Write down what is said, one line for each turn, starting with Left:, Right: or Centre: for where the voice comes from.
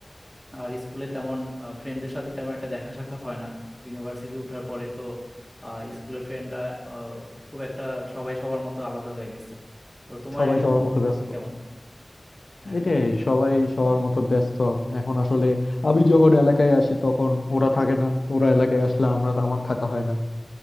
Centre: আর স্কুলে তেমন ফ্রেন্ডদের সাথে তেমন একটা দেখা সাক্ষাৎ হয় না ইউনিভার্সিটি ওঠার পরে তো স্কুলের ফ্রেন্ডরা খুব একটা সবাই সবার মতো আলাদা হয়ে গেছে তো তোমার
Left: সবাই
Centre: এরকম
Left: সবার মতো
Centre: অনুভূতি
Left: ব্যস্ত
Centre: কেমন হ্যাঁ
Left: এটাই সবাই সবার মতো ব্যস্ত এখন আসলে আমি যখন এলাকায় আসি তখন ওরা থাকে না ওরা এলাকায় আসলে আমরা আমার থাকা হয় না